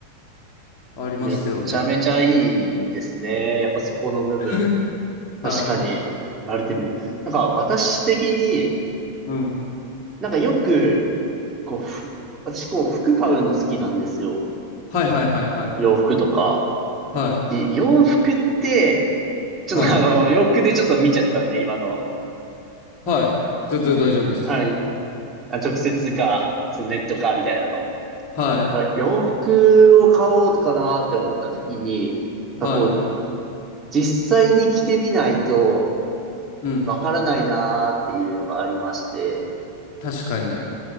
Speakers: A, on the left; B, on the right.
A: ありますよね。
B: めっちゃめちゃいいですね。やっぱそこの部分。
A: <laughs>
B: 確かに、
A: はい。
B: 言われてみる。なんか私的に、
A: うん。
B: なんかよく、こう、ふ私こう服買うの好きなんですよ。
A: はいはいはいはい。
B: 洋服とか。
A: はい、
B: で洋服って、ちょっとあの、
A: はい、
B: 洋服でちょっと見ちゃったんで、今の。
A: はい。全然大丈夫ですよ。
B: はい。あ、直接か、そのネットか、みたいなのを。
A: はい、
B: やっぱ洋服を買おうかなって思った時に、やっぱこう、
A: はい。
B: 実際に着てみないと
A: うん。
B: わからないなっていうのがありまして、
A: 確かに。